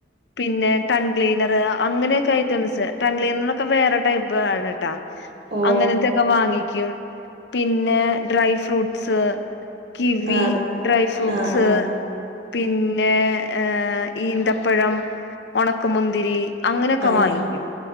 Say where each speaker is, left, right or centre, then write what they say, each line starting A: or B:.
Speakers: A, on the left (about 75°); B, on the right (about 70°).
A: പിന്നെ ടൺ ക്ലീനർ അങ്ങനെയൊക്കെ ഐറ്റംസ് ടങ് ക്ലീനറോക്കെ വേറെ ടൈപ്പ് ആണ് ട്ടോ
B: ഓ
A: അങ്ങനത്തൊക്കെ വാങ്ങിക്കും പിന്നെ ഡ്രൈ ഫ്രൂട്ട്സ് കിവി
B: ആഹ്
A: ഡ്രൈ ഫ്രൂട്ട്സ്
B: ആഹ് ആഹ്
A: പിന്നെ പിന്നെ ഹ് ഈന്തപ്പഴം ഉണക്കുമുന്തിരി അങ്ങനെയൊക്കെ
B: ആഹ്
A: വാങ്ങിക്കും